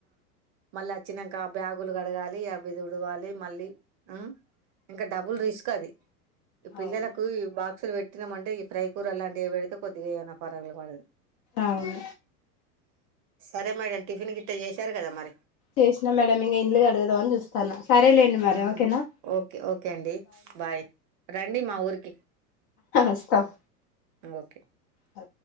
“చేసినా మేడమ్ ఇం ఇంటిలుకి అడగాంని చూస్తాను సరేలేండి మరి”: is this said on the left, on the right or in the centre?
Left